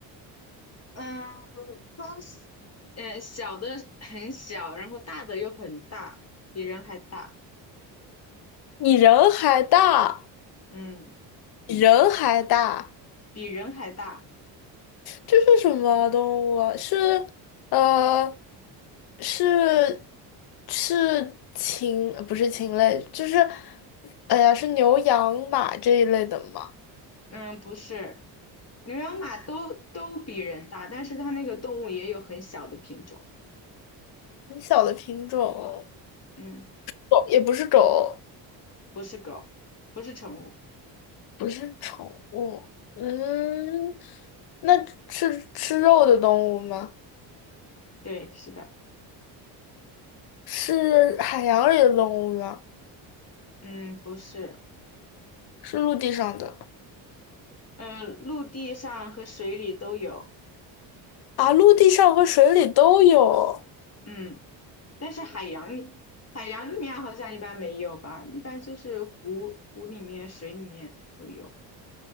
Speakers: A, on the left; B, on the left.
A: 嗯，它是，嗯，小的很小，然后大的又很大，比人还大。
B: 你人还大，
A: 嗯，
B: 比人还大，
A: 比人还大。
B: 这是什么动物啊？是呃，是是禽，呃不是禽类，就是，哎呀，是牛、羊、马这一类的吗？
A: 嗯，不是，牛羊马都都比人大，但是它那个动物也有很小的品种。
B: 很小的品种，
A: 嗯，
B: 狗也不是狗，
A: 不是狗，不是宠物。
B: 不是宠物。嗯，那是吃肉的动物吗？
A: 对，是的。
B: 是海洋里的动物吗？
A: 嗯，不是，
B: 是陆地上的？
A: 嗯，陆地上和水里都有，
B: 啊，陆地上和水里都有
A: 嗯，但是海洋里，海洋里面好像一般没有吧，一般就是湖湖里面、水里面都有。